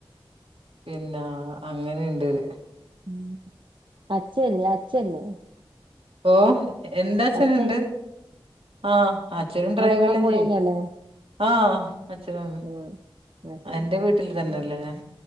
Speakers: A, on the right; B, on the right.
A: പിന്നാ അങ്ങനെയുണ്ടൊരു.
B: മ്ഹ് അഛല്ലേ അച്ഛല്ലേ?
A: ഓ എന്റെ അച്ഛന്ണ്ട്.
B: അച്ഛൻ
A: ആഹ് അച്ഛനും
B: ഇവിടെ
A: ഡ്രൈവെല്ലാം
B: ഇങ്ങളെ കൂടെന്നെല്ലേ
A: ചെയ്യും ആഹ് അച്ഛനും അമ്മി
B: ആഹ് അത് ശരി
A: എന്റെ വീട്ടിൽ തന്നെയല്ലേ ഞാൻ